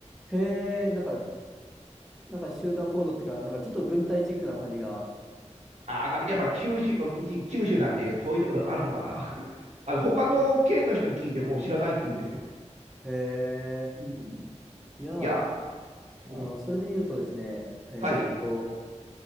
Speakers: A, in the centre; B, on the right.
A: へえ、なんか、なんか集団行動っていうか、なんかちょっと軍隊チックな感じが。
B: ああやっぱり九州、あうち九州なんで、そういうところあるのかな。<laughs> あの、他の県の人に聞いても知らないって言うんですよ。
A: へえ。
B: うん
A: いや、
B: いやーって。
A: あ
B: うん
A: の、それで言うとですね、えーっと、
B: はい、